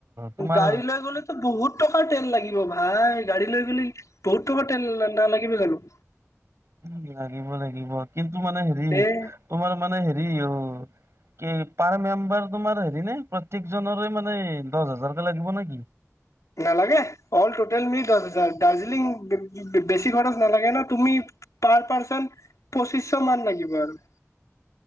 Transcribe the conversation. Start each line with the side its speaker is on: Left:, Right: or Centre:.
Right: তোমাৰ
Left: গাড়ী লৈ গ'লেটো বহুত টকাৰ তেল লাগিব ভাই, গাড়ী লৈ গ'লে বহুত টকাৰ তেল নালাগিব জানো?
Right: উ, লাগিব লাগিব কিন্তু মানে হেৰি
Left: এ
Right: তোমাৰ মানে হেৰি, উ, কি পাৰ মেম্বাৰ তোমাৰ হেৰি নে প্ৰ প্ৰত্যেকজনৰে মানে দশ হাজাৰকে লাগিব নেকি?
Left: নালাগে, অল টোটেল মিলি দশ হাজাৰ। দাৰ্জিলিং বে-বে-বেছি খৰচ নালাগে নহয়, তুমি পাৰ পাৰ্চন পঁচিশ মান লাগিব আৰু।